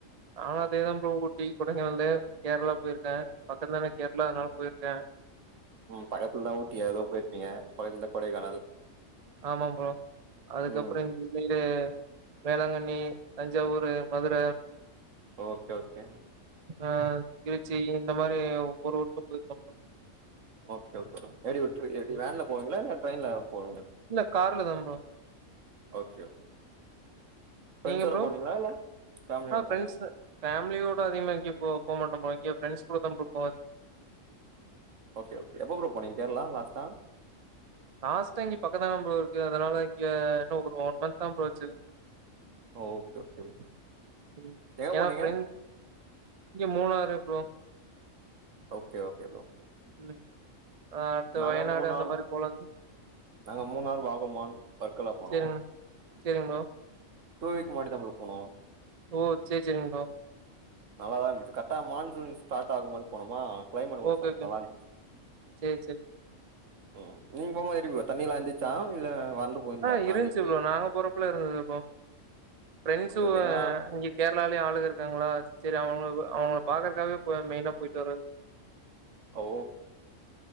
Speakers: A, on the right; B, on the right.
A: நானு அதே தா ப்ரோ ஊட்டி கொடைக்கானலு கேரளா போயிருக்கே பக்கத்துல தான கேரளா அதுனால போயிருக்கே
B: ம் பக்கத்துலதா ஊட்டி அது போயிருப்பீங்க பக்கத்துல கொடைக்கானல்
A: ஆமா ப்ரோ அதுக்கப்பறோ
B: ம்
A: இந் mile Velankanni Thanjavur Madurai
B: okay okay
A: ஆ திருச்சி இந்த மாரி ஒவ்வொரு ஊருக்கு போயிருக்கே ப்ரோ
B: ஓகே ஓகே ப்ரோ எப்டி உட்ரு எப்டி
A: ம்.
B: வேன்ல போவிங்களா இல்ல ட்ரெய்ன்ல போவிங்க
A: இல்ல கார்ல தா ப்ரோ
B: ஓகே ஃபிரண்ஸோட
A: நீங்க ப்ரோ?
B: போனிங்களா இல்ல ஃபேமிலியோட
A: ஆ ஃப்ரண்ட்ஸு
B: போனீங்களா
A: ஃபேமிலியோட அதிகமா எங்கயு போ போமாட்டே ப்ரோ இங்க ஃப்ரண்ட்ஸ் கூட தா ப்ரோ போவே அதி
B: ஓகே ஓகே எப்ப ப்ரோ போனிங்க கேரளா லாஸ்ட்டா
A: லாஸ்ட்டா இங்க பக்கந் தான ப்ரோ இருக்கு அதுனால இங்க என்ன ஒரு ஒன் மந்த்தா ப்ரோ ஆச்சு
B: ஓ ஓகே ஓகே ப்ரோ
A: ம்
B: எங்க
A: ஏனா
B: போனீங்க
A: ஃபிரண் இங்க Munnar bro
B: okay okay bro
A: ம் ஆ அடுத்து
B: நாங்க
A: வயநாடு
B: மூணார்
A: அந்த மாரி போலான்
B: நாங்க மூணாறு வாகமான் பற்களா போனோ
A: சரிங்க சரிங்க ப்ரோ.
B: டூ வீக் முன்னாடி தா ப்ரோ போணோ
A: ஓ சேர் சேரிங் ப்ரோ
B: நல்லாதா இந்துச்சு கரக்டா மான்சூன் ஸ்டாட் ஆகும் போது போனமா கிளைமேட் கொஞ்ச
A: ஓகே,
B: சா
A: ஓகே.
B: நல்லாருந்துச்சு
A: சரி சரிங்க.
B: ம் நீங்க போம்போது எப்டி ப்ரோ தண்ணிலா இந்துச்சா இல்ல வறண்டு போயிருந்தா
A: ஆ
B: காஞ்சி
A: இருந்துச்சு
B: போய்
A: ப்ரோ நாங்க போறபலா இருந்தது ப்ரோ ஃப்ரெண்ட்ஸு
B: சரி ஏன்னா
A: இங்க கேரளாலயே ஆளுக இருக்காங்களா செரி அவுங்க அவுங்கள பாக்கறக்காவே போ மெயினா போயிட்டு வரது
B: ஓ